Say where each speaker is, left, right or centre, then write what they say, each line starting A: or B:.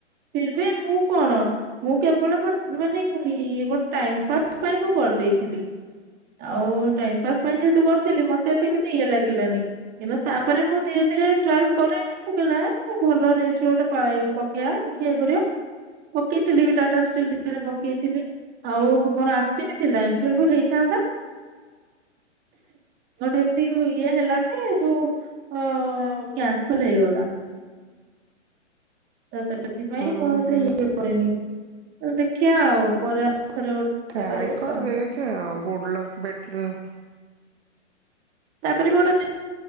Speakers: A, on the right; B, on the right.
A: ଫେବେ ମୁଁ କଣ ମୁଁ କେବଳ ମାନେ କୁ ଗୋଟେ ଟାଇମ ପାସ୍ ପାଇଁ ମୁଁ କରିଦେଇଥିଲି। ଆଉ ଟାଇମ ପାସ୍ ପାଇଁ ଯେହେତୁ କରିଥିଲି ମତେ ଏତେ କିଛି ଇଏ ଲାଗିଲାନି। କିନ୍ତୁ ତାପରେ ମୁଁ ଧୀରେ ଧୀରେ ଟ୍ରାଲ କରଲିି। ପକିଲେ ଭଲ ରେଜଲଟ ପାଏ ପକେଇବା ଦେଖିବା ଇଏ କରିବା। ପକେଇଥିଲି ବି ଟାଟା ଷ୍ଟିଲ୍ ଭିତରେ ପକେଇଥିଲି। ଆଉ ମୋର ଆସିବି ଥିଲା ଇଣ୍ଟରଭ୍ୟୁ ହେଇଥାନ୍ତା। ଗୋଟେ ଏମିତି ଇଏ ହେଲା ଯେ ଯୋଉ ଅ କ୍ୟାନସେଲ ହେଇଗଲା। ତ ସେଥିପାଇଁ
B: ଉଁ
A: ମୁଁ ଏତେ
B: ହୁଁ।
A: ଇଏ କରେନି ତ ଦେଖିବା ଆଉ ପରେ ଆଉ ଥରେ ଗୋଟେ
B: ଟ୍ରାଏ
A: କରିବା
B: କରେଦଖେ
A: ଆଉ।
B: ଆଉ ଗୁଡ ଲକ୍ ବ୍ୟାଡ ଲକ୍।
A: ତାପରେ ବି ଗୋଟେ ଯେ